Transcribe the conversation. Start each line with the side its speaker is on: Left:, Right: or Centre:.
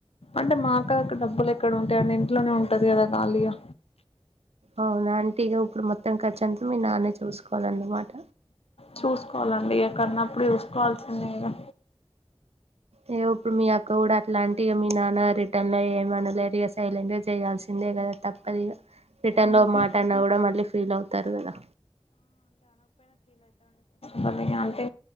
Left: అంటే మా అక్క దగ్గర డబ్బులు ఎక్కడ ఉంటాయండి ఇంట్లోనే ఉంటది కదా కాలిగా
Right: అవునా. అంటీగా ఉప్పుడు మొత్తం ఖర్చ్ అంత మీ నానే చూసుక్ కోవాలన్నమాట
Left: చూసుకోవాలండి. ఇగ క్కన్నప్పుడు చూసుకోవాల్సిందే గదా.
Right: ఇగ ఉప్పుడు మీ అక్క కూడా అట్లా అంటిగా మీ నాన్న రిటర్న్ ల ఏమనలేరు. ఇక సైలెంట్ గా చేయాల్సిందే కదా. తప్ దిగా రిటర్న్
Left: అందుకే
Right: లో మాట అన్నా కూడా మళ్ళీ ఫీల్ అవుతారు కదా.
Left: పని అంటే